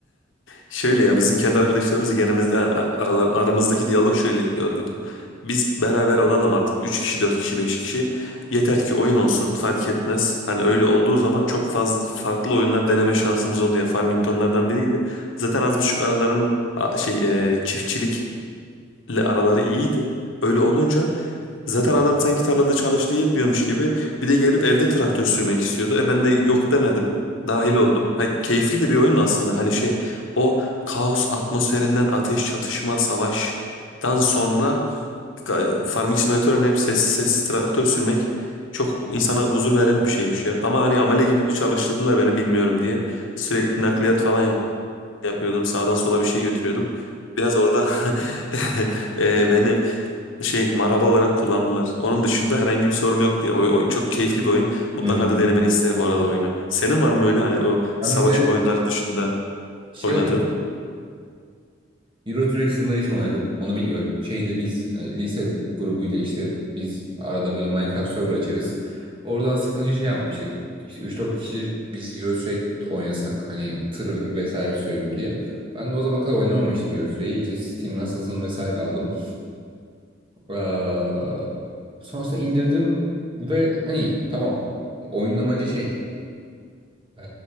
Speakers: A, on the left; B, on the right.
A: Şöyle ya bizim kendi arkadaşlarımızı genelimiz aralar, aramızdaki diyalog şöyle olurdu. Biz beraber olalım artık. 3 kişi, 4 kişi, 5 kişi. Yeter ki oyun olsun fark etmez. Hani öyle olduğu zaman çok fazla farklı oyunlar deneme şansımız oldu ya. Farming de onlardan biriydi. Zaten az buçuk araların a- şey e, çiftçilik araları iyiydi. Öyle olunca zaten
B: Hmm.
A: adam sanki tarlada çalıştığı yetmiyormuş gibi bir de gelip evde traktör sürmek istiyordu. E ben de yok demedim. Dahil oldum. Ha, keyifli de bir oyun aslında. Hani şey o kaos atmosferinden ateş, çatışma, savaştan sonra e, Farming Simulator'ın hep sessiz sessiz traktör sürmek çok insana huzur veren bir şeymiş ya. Ama hani amele gibi çalıştırdılar beni bilmiyorum diye. Sürekli nakliyat falan yapıyordum. Sağdan sola bir şey götürüyordum. Biraz orada <laughs> e, beni şey maraba olarak kullandılar. Onun dışında herhangi bir sorun yok diye. O, o çok keyifli bir oyun. Mutlaka
B: Hmm.
A: da denemeni isterim bu
B: Hmm.
A: arada oyunu. Senin var mı böyle hani o
B: Ben
A: savaş
B: de
A: oyunları dışında
B: şey
A: oynadığın?
B: oynadım. Euro Truck Simulator oynadım. Onu biliyorum. Şeyde biz e, lise grubuyla işte biz arada böyle Minecraft server açarız. Oradan sıkılınca şey yapmıştık. İşte 3-4 kişi biz Euro Truck oynasak hani tır vesaire sürelim diye. Ben de o zaman kadar oynamamıştım Euro Truck'i. İşte Steam Assassin vesaire aldım. Ee, sonrasında indirdim ve hani tamam oyun amacı şey e,